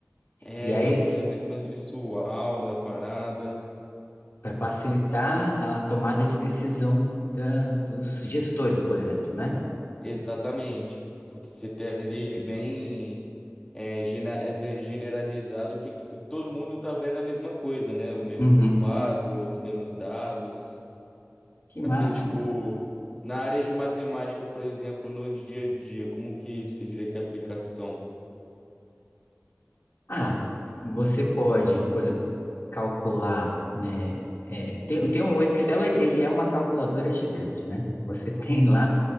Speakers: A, on the left; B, on the left.
A: É,
B: E aí,
A: manter um elemento mais visual da parada.
B: para facilitar a tomada de decisão da- dos gestores, por exemplo, né?
A: Exatamente. Você você ter ali bem é, gena- é, ge- generalizado que que todo mundo tá vendo a mesma coisa, né? O mesmo
B: Uhum.
A: quadro, os mesmos dados.
B: Que
A: Assim,
B: máximo.
A: tipo, na área de matemática, por exemplo, no dia a dia, como que se diria que é a aplicação?
B: Ah, você pode, por exemplo, calcular, né? é, tem, tem um o Excel, ele, ele é uma calculadora gigante, né? Você <laughs> tem lá